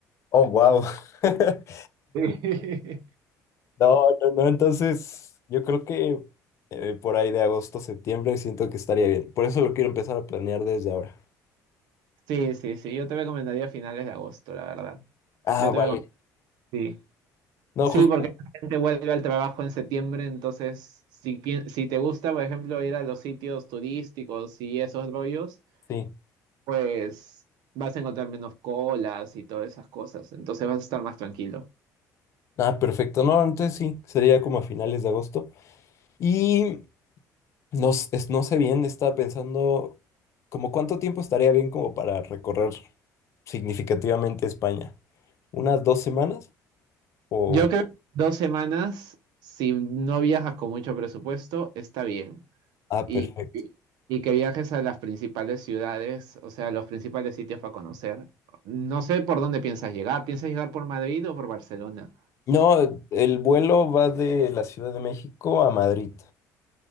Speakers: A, on the left; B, on the right.
A: Oh, wow. <laughs>
B: Sí, <laughs>
A: No, no, no, entonces yo creo que eh, por ahí de agosto, septiembre siento que estaría bien. Por eso lo quiero empezar a planear desde ahora.
B: sí, sí, sí, yo te recomendaría finales de agosto, la verdad.
A: Ah,
B: Yo
A: vale.
B: te recom- sí.
A: No,
B: Sí,
A: justo,
B: porque la gente vuelve al trabajo en septiembre, entonces si, pien- si te gusta, por ejemplo, ir a los sitios turísticos y esos rollos,
A: sí.
B: pues vas a encontrar menos colas y todas esas cosas, entonces vas a estar más tranquilo.
A: Ah, perfecto. No, entonces sí, sería como a finales de agosto. Y No, s- es- no sé bien, estaba pensando como cuánto tiempo estaría bien como para recorrer significativamente España. ¿Unas dos semanas? O...
B: Yo creo que dos semanas, si no viajas con mucho presupuesto, está bien.
A: Ah,
B: y,
A: perfecto.
B: y- y que viajes a las principales ciudades, o sea, los principales sitios para conocer. No sé por dónde piensas llegar. ¿Piensas llegar por Madrid o por Barcelona?
A: No, el vuelo va de la Ciudad de México a Madrid.